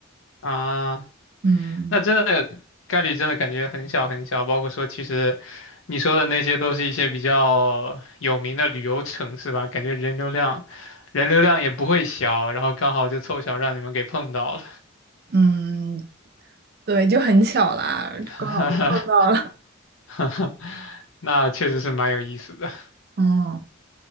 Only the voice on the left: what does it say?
啊。
那真的概率真的感觉很小很小，包括说其实你说的那些都是一些比较有名的旅游城市吧，感觉人流量人流量也不会小，然后刚好就凑巧让你们给碰到
了，
<laughs> 那确实是蛮有意思的。